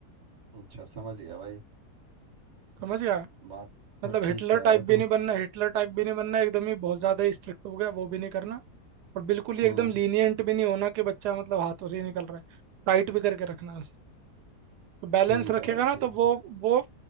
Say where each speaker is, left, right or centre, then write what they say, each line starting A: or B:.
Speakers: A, on the right; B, on the right.
A: अच्छा समझ गया भाई
B: समझ गया
A: बात तो
B: मतलब
A: ठीक
B: हिटलर
A: कह
B: टाइप
A: रहा है
B: भी
A: तू
B: नहीं बनना हिटलर टाइप भी नहीं बनना एकदम ही बहुत ज़्यादा स्ट्रिक्ट हो गया वो भी नहीं करना और बिल्कुल ही
A: हम्म
B: एकदम लीनियंट भी नहीं होना कि बच्चा मतलब हाथों से ही निकल रहा है टाइट भी करके रखना है उसे तो बैलेंस
A: ठीक
B: रखेगा
A: है भाई
B: ना
A: ठीक
B: तो वो वो